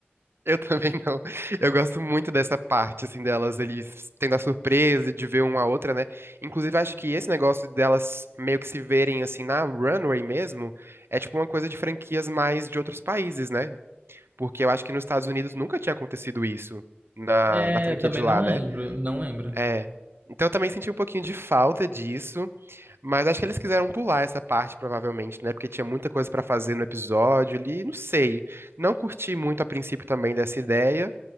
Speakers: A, on the right (about 75°); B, on the right (about 40°).
A: Eu também <laughs> não. Eu gosto muito dessa parte, assim, delas, eles tendo a surpresa de ver uma a outra, né? Inclusive, acho que esse negócio delas meio que se verem, assim, na runway mesmo, é tipo uma coisa de franquias mais de outros países, né? Porque eu acho que nos Estados Unidos nunca tinha acontecido isso na,
B: É,
A: na franquia
B: também
A: de lá,
B: não lembro,
A: né?
B: não lembro.
A: É. Então eu também senti um pouquinho de falta disso, mas acho que eles quiseram pular essa parte, provavelmente, né? Porque tinha muita coisa pra fazer no episódio ali, não sei. Não curti muito a princípio também dessa ideia.